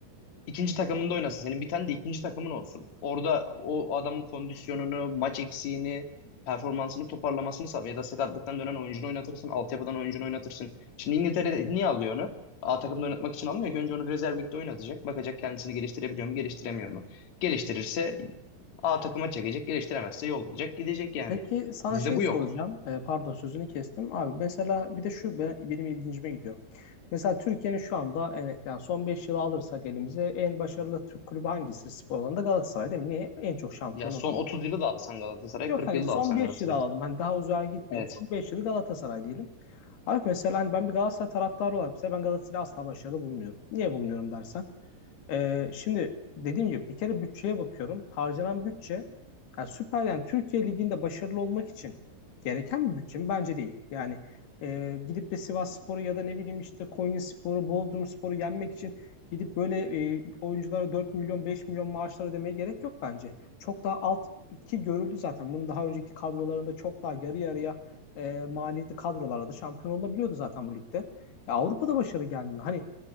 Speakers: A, on the left (about 50°); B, on the left (about 80°).
A: İkinci takımında oynasın. Senin bir tane de ikinci takımın olsun. Orada o adamın kondisyonunu, maç eksiğini, performansını toparlamasını sağla. Ya da sakatlıktan dönen oyuncunu oynatırsın. Altyapıdan oyuncunu oynatırsın. Şimdi İngiltere niye alıyor onu? A takımda oynatmak için almıyor ki. Önce onu rezerv ligde oynatacak. Bakacak kendisini geliştirebiliyor mu, geliştiremiyor mu? Geliştirirse A takıma çekecek. Geliştiremezse yollayacak, gidecek yani.
B: Peki sana
A: Bizde
B: şey
A: bu
B: soracağım.
A: yok.
B: E, pardon sözünü kestim. Abi mesela bir de şu ben- benim ilgincime gidiyor. Mesela Türkiye'nin şu anda e, yani son 5 yılı alırsak elimize en başarılı Türk kulübü hangisi spor alanında? Galatasaray değil mi? Niye? En çok şampiyon
A: Ya son
B: olan.
A: 30 yılı da alsan Galatasaray,
B: Yok
A: 40
B: hani
A: yılı
B: son
A: da alsan
B: 5
A: Galatasaray.
B: yılı alalım. Hani daha uzağa gitmeyelim.
A: Evet.
B: Son 5 yılı Galatasaray diyelim. Abi mesela hani ben bir Galatasaray taraftarı olarak mesela ben Galatasaray'ı asla başarılı bulmuyorum. Niye bulmuyorum dersen. Ee, şimdi dediğim gibi bir kere bütçeye bakıyorum. Harcanan bütçe yani süper yani Türkiye Ligi'nde başarılı olmak için gereken bir bütçe mi? Bence değil. Yani e, gidip de Sivasspor'u ya da ne bileyim işte Konyaspor'u, Bodrumspor'u yenmek için gidip böyle e, oyunculara 4 milyon 5 milyon maaşlar ödemeye gerek yok bence. Çok daha alt ki görüldü zaten. Bunun daha önceki kadrolarında çok daha yarı yarıya e, maliyetli kadrolarda şampiyon olabiliyordu zaten bu ligde. Ya Avrupa'da başarı gelmiyor. Hani